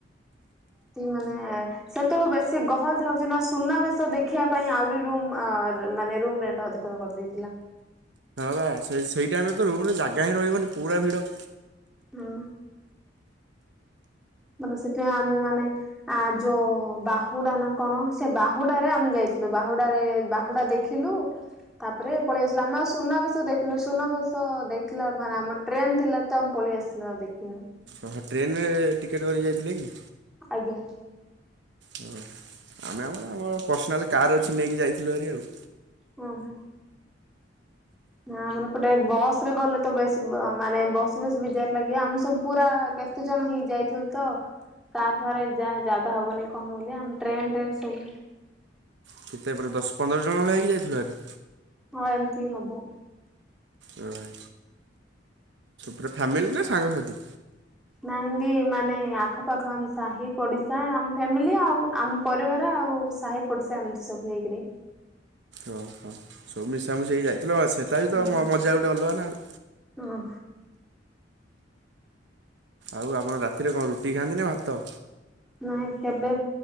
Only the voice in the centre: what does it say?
ତିକି ମାନେ ସେତେବେଳୁ ବେଶୀ ଗହଳି ଥାଉଛି ନା ସୁନାବେେଶ ଦେଖିବା ପାଇଁ ଆହୁରି ରୁମ୍ ଆ ମାନେ ରୁମ୍ ରେଣ୍ଟ ଟା ଅଧିକ। ସେତେବେଳେ କରିଦେଇଥିଲା।
ହଁ। ମାନେ ସେଠି ଆମେ ମାନେ ଆ ଯୋଉ ବାହୁଡା ନା କଣ ସେ ବାହୁଡାରେ ଆମେ ଯାଇଥିଲୁ ବାହୁଡାରେ ବାହୁଡା ଦେ ଖିଲୁ ତାପରେ ପଳେଇ ଆସିଲୁ ଆମେ ଆଉ ସୁନାବେଶ ଦେଖିନୁ ସୁନାବେଶ ଦେଖିଲା ମାନେ ଆମ ଟ୍ରେନ ଥିଲା ତ ଆମେ ପଳେଇ ଆସିଲୁ ଆଉ ଦେଖିନୁ।
ଆଜ୍ଞା।
ହଁ ହଁ। ନା ଆମର ଏପଟେ ବସ ରେ ଗଲେ ତ ବେଶୀ ମାନେ ବସି ବସି ବିଜାର ଲାଗିବ ଆମେ ସବୁ ପୁରା କେ କେତେ ଜଣ ହେଇଯାଇଥିଲୁ ତ। କାର ଫାରରେ ଜା-ଜାଗା ହବନି କଣ ବୋଲି ଆମ ଟ୍ରେନରେ ସବୁ
ହଁ ଏମିତି ହବ।
ନାଇଁ ଏମିତି ମାନେ ଆଖ ପାାଖ ଆମ ସାହି ପଡିଶା ଆମ ଫ୍ୟାମିଲି ଆଉ ଆମ ପରିବାର ଆଉ ସାହି ପଡ଼ିସା ଏମିତି ସବୁ ହେଇକିରି।
ହଁ
ହଁ।
ନାଇଁ କେବେ